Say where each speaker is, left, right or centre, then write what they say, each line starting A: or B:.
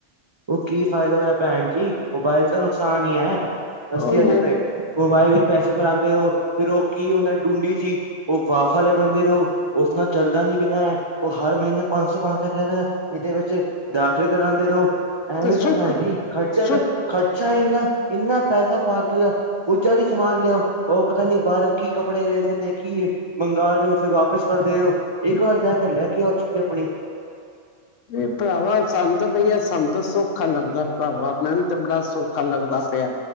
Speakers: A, on the right; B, on the left.
A: ਉਹ ਕੀ ਫਾਇਦਾ ਹੋਇਆ ਭੈਣ ਜੀ, ਮੋਬਾਇਲ ਤਾਂ ਨੁਕਸਾਨ ਹੀ ਹੈ, ਦਸੀ
B: ਉਹ
A: ਅੇ
B: ਮੁ-
A: ਤੇ। ਮੋਬਾਇਲ ਵਿੱਚ ਪੈਸੇ ਬਣਾਉਂਦੇ ਉਹ, ਫਿਰ ਉਹ ਕੀ ਉਹਨਾਂ ਡੂੰਡੀ ਜਿਹੀ। ਉਹ ਵਾਫ਼ਾ ਲਗਾਉਂਦੇ ਰਹੋ, ਉਸ ਨਾਲ ਚੱਲਦਾ ਨੀ ਬਿਨਾਂ ਏ। ਉਹ ਹਰ ਮਹੀਨੇ ਪੰਜ ਸੌ, ਪੰਜ ਸੌ ਪਾਉਂਦੇ ਇਹਦੇ ਵਿੱਚ ਦਾਖਲ ਕਰਾਉਂਦੇ ਰਹੋ। ਐਵੇਂ
B: ਤੇ ਸੁੱਖ
A: ਤਾਂ ਭੈਣ ਜੀ, ਖਰਚਾ,
B: ਸੁੱਖ
A: ਖਰਚਾ ਇੰਨਾ। ਇੰਨਾ ਪੈਸਾ ਫਾਲਤੂ ਦਾ, ਕੁੱਜਾ ਕੁ ਸਮਾਨ ਲਿਆਓ ਉਹ ਪਤਾ ਨੀ ਬਾਹਰੋਂ ਕੀ ਕੱਪੜੇ ਵੇਚਦੇ ਪਏ। ਕੀ ਐ, ਮੰਗਾ ਕੇ ਫਿਰ ਵਾਪਿਸ ਕਰਦੇ ਓ, ਇੱਕ ਵਾਰ ਜਾ ਕੇ ਲੈ ਕੇ ਆਓ ਚੀਜ਼ ਆਪਣੀ।
B: ਏ ਭਰਾਵਾ ਸਾਨੂੰ ਬਈ ਆ ਸਾਨੂੰ ਸੌਖਾ ਲੱਗਦਾ ਭਰਾਵਾਂ ਮੈਨੂੰ ਤੇ ਬੜਾ ਸੌਖਾ ਲੱਗਦਾ ਪਿਆ।